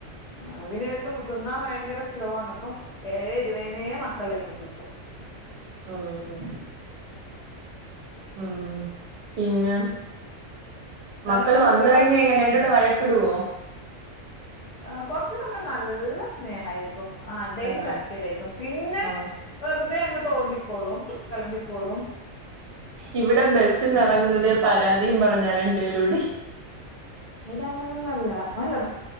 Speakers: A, on the left (about 60°); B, on the right (about 60°).
A: ആഹ് പിന്നെഇവർക്ക് മു തിന്നാ ഭയങ്കര സ്ലോവാണ് ആന്നപ്പം ഏഴ് ഇരുപയിനേ മക്കളെ എണീപ്പിക്കും.
B: ആഹ് ആഹ് ആഹ് പിന്നെ
A: വേറെന്താ
B: മക്കൾ വന്ന
A: കുട്ടികളെ
B: കഴിഞ്ഞഴ്ഞ്ഞ എങ്ങനെണ്ട് രണ്ട് കൂടെ വഴക്കിടോ?
A: ആഹ് കൊറച്ചു സമയം നല്ല സ്നേഹ ആയിരിക്കും ആ അടയും
B: ആഹ്
A: ചക്കരയയിക്കും പിന്നെ
B: ആഹ്
A: വെറുതെ അങ്ങ് തോണ്ടിക്കോളും കലമ്പിക്കോളും.
B: ഇവിടെ ബസ്സിന്ന് ഇറങ്ങുന്നതേ പരാതിയും പറഞ്ഞാ രണ്ടുപേരും കൂടി
A: ഇവിടെ അങ്ങനെ ഒന്നുംഅല്ല അല്ല